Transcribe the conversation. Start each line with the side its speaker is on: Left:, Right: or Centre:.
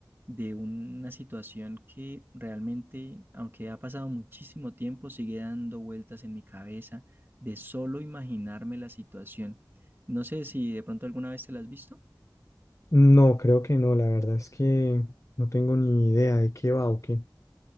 Right: de una situación que realmente, aunque ha pasado muchísimo tiempo, sigue dando vueltas en mi cabeza de solo imaginarme la situación. No sé si de pronto alguna vez te la has visto.
Left: No, creo que no, la verdad es que no tengo ni idea de qué va o qué.